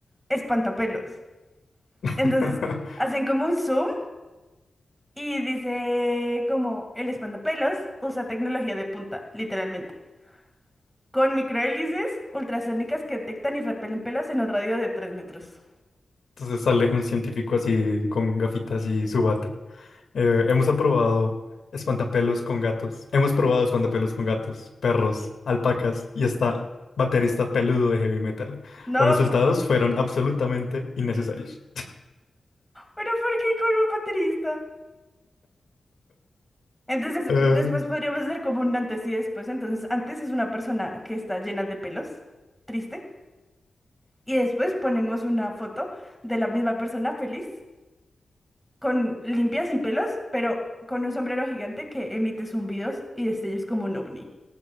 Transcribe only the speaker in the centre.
espantapelos.
Entonces hacen como un zoom y dice como el espantapelos usa tecnología de punta, literalmente, con microhélices ultrasónicas que detectan y repelen pelos en un radio de 3 metros.
No,
¿Pero por qué con un baterista? Entonces,
después podríamos hacer como un antes y después. Entonces, antes es una persona que está llena de pelos, triste, y después ponemos una foto de la misma persona feliz, con limpia, sin pelos, pero con un sombrero gigante que emite zumbidos y destellos como un ovni.